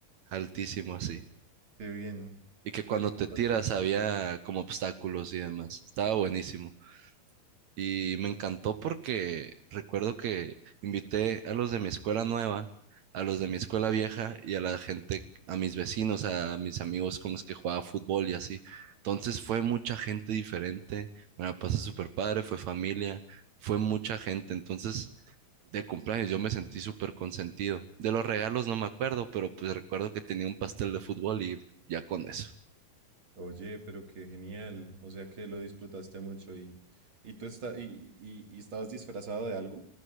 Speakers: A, on the right; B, on the right.
A: altísimo así.
B: qué bien.
A: y que
B: Vení,
A: cuando te
B: ¿qué pasó?
A: tiras había como obstáculos y demás. Estaba buenísimo. Y me encantó porque recuerdo que invité a los de mi escuela nueva, a los de mi escuela vieja y a la gente, a mis vecinos, a mis amigos con los que jugaba fútbol y así. Entonces fue mucha gente diferente, me la pasé súper padre, fue familia, fue mucha gente. Entonces, de cumpleaños yo me sentí súper consentido. De los regalos no me acuerdo, pero pues recuerdo que tenía un pastel de fútbol y ya con eso.
B: Oye, pero qué genial. O sea que lo disfrutaste mucho y, y tú está, y, y- y estabas disfrazado de algo.